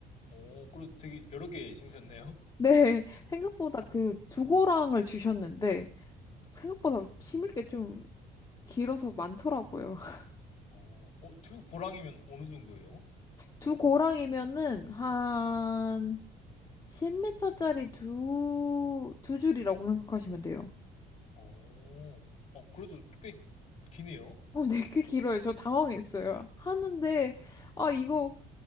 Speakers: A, on the left; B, on the left.
A: 오, 그래도 되게 여러 개 심으셨네요.
B: 네, <laughs> 생각보다 그 두고랑을 주셨는데 생각보다 심을 게 좀 길어서 많더라고요. <laughs>
A: 어, 어, 두 고랑이면 어느 정도예요?
B: 두 고랑이면은 한 10m짜리 두, 두 줄이라고 생각하시면 돼요.
A: 어, 어, 그래도 꽤 기네요.
B: 어, 네, 꽤 길어요. 저 당황했어요. 하는데, 아, 이거